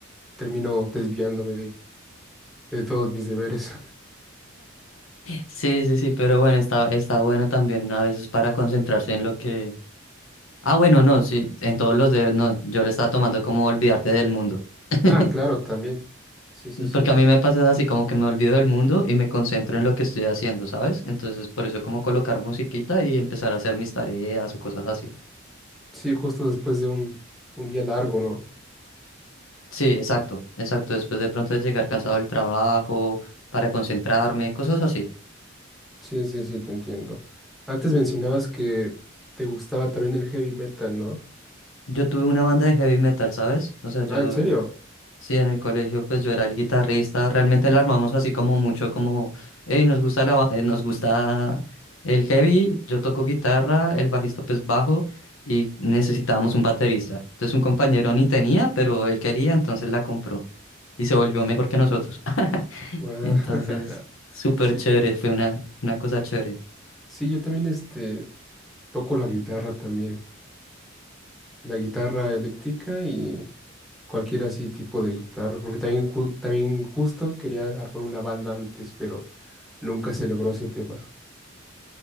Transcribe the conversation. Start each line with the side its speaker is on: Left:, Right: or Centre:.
Centre: termino desviándome de, de todos mis deberes. <laughs>
Left: Sí, sí, sí, pero bueno, está, está bueno también a veces para concentrarse en lo que... Ah, bueno, no, sí, en todos los deberes, no, yo le estaba tomando como olvidarte del mundo. <laughs>
Centre: Ah, claro, también. Sí, sí, sí.
Left: Porque a mí me pasa así como que me olvido del mundo y me concentro en lo que estoy haciendo, ¿sabes? Entonces, por eso como colocar musiquita y empezar a hacer mis tareas o cosas así.
Centre: Sí, justo después de un, un día largo, ¿no?
Left: Sí, exacto, exacto. Después de pronto de llegar cansado del trabajo, para concentrarme, cosas así.
Centre: Sí, sí, sí, te entiendo. Antes mencionabas que te gustaba también el heavy metal, ¿no?
Left: Yo tuve una banda de heavy metal, ¿sabes? O sea, yo,
Centre: Ah, ¿en serio?
Left: sí, en el colegio, pues yo era el guitarrista. Realmente la armamos así como mucho, como, hey, nos gusta la, ba- eh, nos gusta el heavy, yo toco guitarra, el bajista pues bajo y necesitábamos un baterista. Entonces un compañero ni tenía, pero él quería, entonces la compró y se volvió mejor que nosotros. <laughs>
Centre: Ah,
Left: Entonces,
Centre: <laughs>
Left: súper chévere,
Centre: sí.
Left: fue una, una cosa chévere.
Centre: Sí, yo también este toco la guitarra también. la guitarra eléctrica y cualquier así tipo de guitarra, porque también, ju- también justo quería armar una banda antes, pero nunca se logró ese tema.